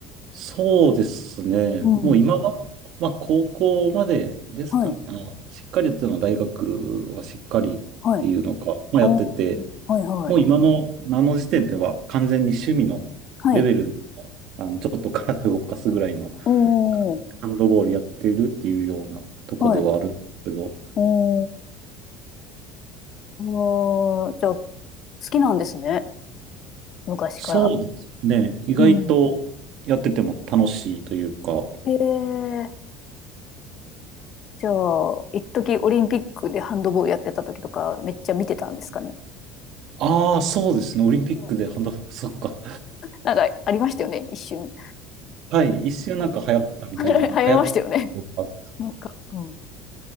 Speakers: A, on the right; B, on the left.
A: そうですね。
B: うん、
A: もう今は、まあ、高校までですかね。
B: はい、
A: あの、しっかりやってたのは大学はしっかりっていうのか、
B: はい、
A: まあ、
B: おー、
A: やってて、
B: はい、はい、
A: もう今の、あの時点では完全に趣味のレベルでも、
B: はい、
A: あの、ちょっと体を動かすぐらいの、
B: おー、
A: ハンドボールやってるっていうようなとこではあるんですけど、
B: はい、おー、あーじゃあ、好きなんですね。昔から。
A: そうですね。意外とやってても楽しいというか。
B: うん。えー、じゃあ、一時オリンピックでハンドボールやってた時とか、めっちゃ見てたんですかね。
A: ああ、そうですね。オリンピックでハンドボール、
B: うん
A: そっか。
B: なんか、ありましたよね、一瞬。
A: はい。一瞬なんか流行ったみたいな、
B: うん <laughs> 流行りましたよね。
A: 流行ったことが
B: なんか、うん。